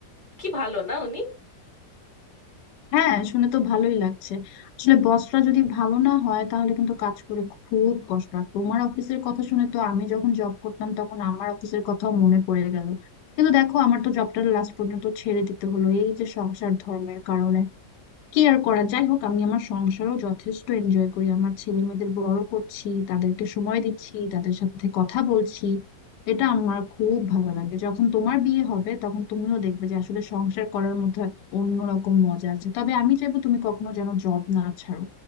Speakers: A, on the left; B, on the left.
A: কি ভালো না উনি
B: হ্যাঁ শুনে তো ভালোই লাগছে আসলে বসরা যদি ভালো না হয় তাহলে কিন্তু কাজ করে খুব কষ্ট আর তোমার অফিসের কথা শুনে তো আমি যখন জব করতাম তখন আমার অফিসের কথাও মনে পড়ে গেল কিন্তু দেখো আমার তো জবটা লাস্ট পর্যন্ত ছেড়ে দিতে হলো এই যে সংসার ধর্মের কারণে কি আর করা যাই হোক আমি আমার সংসারও যথেষ্ট এনজয় করি আমার ছেলে মেয়েদের বড় করছি তাদেরকে সময় দিচ্ছি তাদের সাথে কথা বলছি এটা আমার খুব ভালো লাগে যখন তোমার বিয়ে হবে তখন তুমিও দেখবে যে আসলে সংসার করার মধ্যে এক অন্যরকম মজা আছে তবে আমি চাইবো তুমি কখনো যেন জব না ছাড়ো